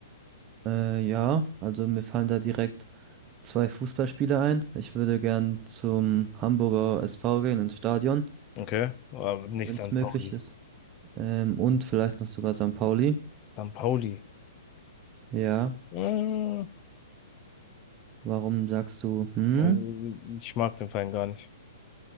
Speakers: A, on the right; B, on the left.
A: Äh, ja, also mir fallen da direkt zwei Fußballspieler ein. Ich würde gern zum Hamburger SV gehen ins Stadion,
B: Okay, aber nicht
A: wenn
B: St.
A: es möglich
B: Pauli.
A: ist. Ähm, und vielleicht noch sogar St. Pauli.
B: St. Pauli.
A: Ja.
B: Äh,
A: Warum sagst du, hm?
B: also ich mag den Verein gar nicht.